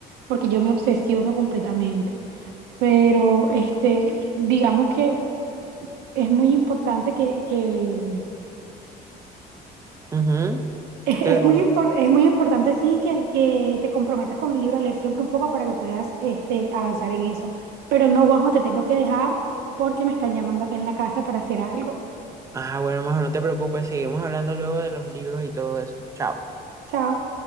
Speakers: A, on the right (about 80°); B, on the right (about 20°).
A: porque yo me obsesiono completamente. Pero este, digamos que es muy importante que que,
B: Ujú,
A: Es,
B: que
A: es
B: como-
A: muy impor- es muy importante, sí, que, que te comprometas con el libro a leer siempre un poco para que puedas este, avanzar en eso. Pero no, Juanjo, te tengo que dejar porque me están llamando acá en la casa para hacer algo.
B: Ah, bueno, mejor no te preocupes, seguimos hablando luego de los libros y todo eso. Chao.
A: Chao.